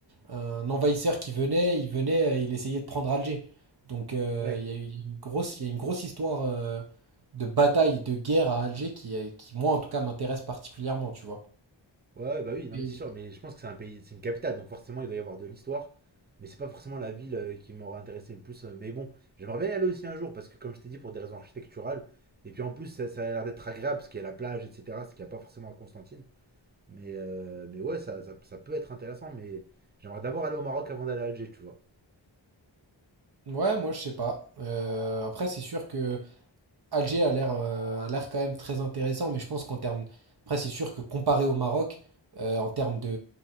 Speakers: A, on the right; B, on the right.
A: un envahisseur qui venait, il venait, euh, il essayait de prendre Alger. Donc, euh,
B: Ouais.
A: il y a eu une grosse, il y a une grosse histoire euh, de bataille, de guerre à Alger qui, est- qui, moi, en tout cas, m'intéresse particulièrement, tu vois.
B: Ouais, ouais, bah oui, non,
A: Mais-
B: mais c'est sûr, mais je pense que c'est un pays, c'est une capitale, donc forcément il doit y avoir de l'histoire, mais c'est pas forcément la ville euh, qui m'aurait intéressé le plus. euh, Mais bon, j'aimerais bien y aller aussi un jour, parce que comme je t'ai dit, pour des raisons architecturales, et puis en plus ça, ça a l'air d'être agréable, parce qu'il y a la plage, etc., ce qu'il n'y a pas forcément à Constantine. Mais, euh, mais ouais, ça, ça, ça peut être intéressant, mais j'aimerais d'abord aller au Maroc avant d'aller à Alger, tu vois.
A: Ouais, moi, je sais pas. Euh, après, c'est sûr que. Alger a l'air euh, a l'air quand même très intéressant, mais je pense qu'en termes... Après, c'est sûr que comparé au Maroc, euh, en termes de,